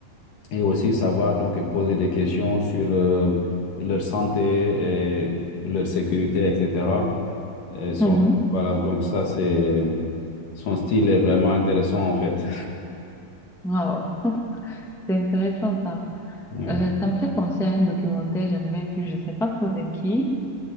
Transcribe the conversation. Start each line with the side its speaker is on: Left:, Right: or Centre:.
Left: et aussi savoir donc poser des questions sur euh, leur santé et leur sécurité, etc. Et son-
Centre: Mhm.
Left: voilà, donc ça, c'est son style est vraiment intéressant en fait.
Centre: Wow. C'est intéressant ça.
Left: <laughs> Oui,
Centre: Euh, ça me fait penser à un documentaire que j'avais vu, je sais pas trop de qui.